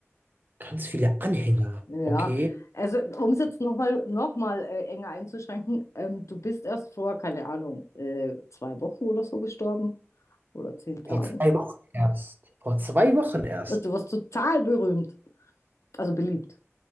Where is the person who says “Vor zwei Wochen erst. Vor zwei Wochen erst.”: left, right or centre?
Right